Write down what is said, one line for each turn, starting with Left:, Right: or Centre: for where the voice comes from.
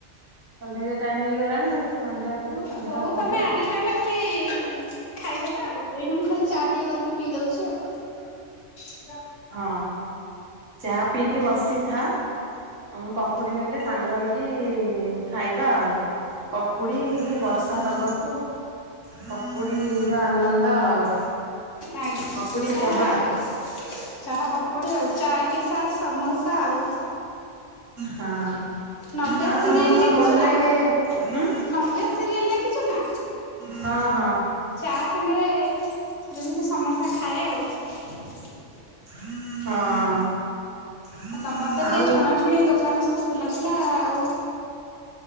Right: ଅନ୍ଧାରିଆ ଟାଇମ ହେଇଗଲାଣି ସନ୍ଧ୍ୟା ଦେବୁ ସନ୍ଧ୍ୟା
Left: ହଉ
Right: ପରେ
Left: ତମେ ଆଣିଲେ ଆମେଖାଲି ଖାଇଦବା ଆଉ ଏଇନା ମୁ ଖାଲି ଚା ଟିକେ କରିକି ପିଇ ଦଉଛି ଆଉ।
Right: ହଁ। ଚା ପିଇକି ବସିଥା। ଆଉ ମୁଁ ପକୁଡି ନେଲେ ସାଙ୍ଗ ହେଇକି ଖାଇବା ଆଉ ପକୁଡ଼ି ବର୍ଷା ପାଗକୁ ପକୁଡିର ଆନନ୍ଦ ଆଉ।
Left: ଆଜ୍ଞା।
Right: ପକୁଡ଼ି
Left: କଣ
Right: ଚାହା
Left: ଭାଇ? ଚାହା ପକୁଡ଼ି ଆଉ। ଚା କେ ସାଥ ସମୋସା ଆଉ।
Right: ହଁ
Left: ନବେ
Right: ଆଉ ତମକୁ
Left: ସିରିଏଲ
Right: କଣ
Left: ଦେଖିଛୁ
Right: ଭଲ ଲାଗେ?
Left: ନା?
Right: ହୁଁ
Left: ନବେ ସିରିଏଲ ଦେ ଦେଖିଛୁ ନା?
Right: ହଁ ହଁ।
Left: ଚା ସାଙ୍ଗରେ ଯେମିତି ସମସା ଖାଏ ଆଉ।
Right: ହଁ।
Left: ଆଉ ତମର ତ
Right: ଆଉ
Left: ସେଇ ଛଣାଛୁଣି ଦୋକାନ ସବୁ ଖୋଲା ଥିଲା ଆଉ